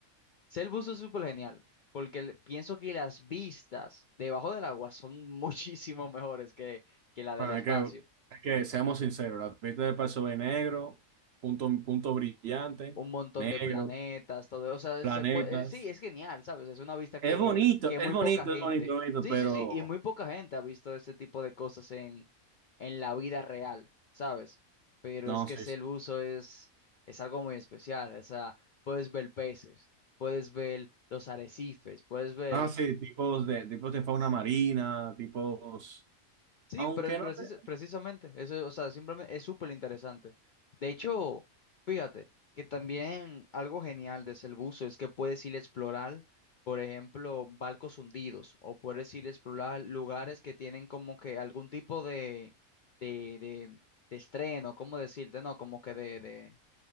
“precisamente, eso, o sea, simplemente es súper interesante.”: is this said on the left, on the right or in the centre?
Left